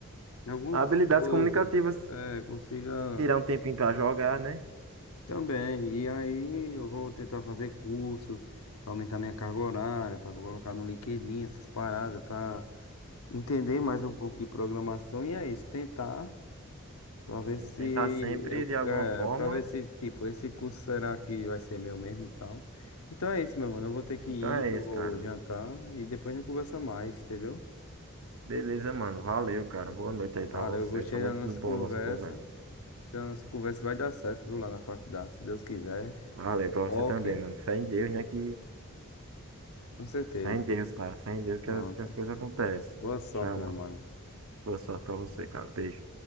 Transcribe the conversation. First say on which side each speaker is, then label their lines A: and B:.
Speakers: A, on the left; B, on the right.
A: algumas
B: Habilidades
A: coisas,
B: comunicativas,
A: é, consiga
B: tirar um tempinho pra jogar, né?
A: também. E aí eu vou tentar fazer cursos para aumentar minha carga horária, para colocar no LinkedIn essas paradas, para entender mais um pouco de programação e é isso, tentar. Pra
B: Assim,
A: ver se
B: tentar sempre
A: eu,
B: de alguma
A: é,
B: forma.
A: pra ver se, tipo, esse curso será que vai ser meu mesmo e tal. Então é isso, meu mano. Eu vou ter que
B: Então
A: ir,
B: é
A: eu
B: isso,
A: vou
B: cara.
A: jantar e depois a gente conversa mais, entendeu?
B: Beleza, mano. Valeu, cara. Boa noite aí
A: valeu
B: pra você.
A: eu gostei
B: Foi muito
A: da nossa
B: bom
A: conversa.
B: a nossa conversa.
A: Acho que a nossa conversa vai dar certo, viu, lá na faculdade, se Deus quiser.
B: Valeu pra
A: Ok,
B: você também, mano. Fé em Deus, né? Que...
A: com certeza.
B: Fé em Deus, cara. Fé em Deus que
A: Pronto.
B: as, que as coisas acontecem.
A: Boa sorte,
B: Tchau,
A: meu
B: mano.
A: mano.
B: Boa sorte pra você, cara. Beijo.